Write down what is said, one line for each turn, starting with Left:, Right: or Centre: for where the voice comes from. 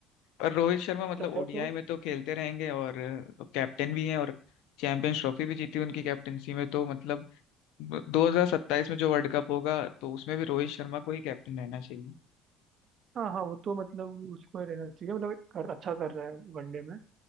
Left: और रोहित शर्मा
Right: अगर
Left: मतलब
Right: चाहे
Left: ओडीआई
Right: तो
Left: में तो खेलते रहेंगे और कैप्टन भी हैं और चैंपियंस ट्रॉफी भी जीती उनकी कैप्टनसी में तो मतलब 2027 में जो वर्ल्ड कप होगा तो उसमें भी रोहित शर्मा को ही कैप्टन रहना चाहिए
Right: हाँ हाँ वो तो मतलब उसको रहना चाहिए मतलब कर, अच्छा कर रहा है वनडे में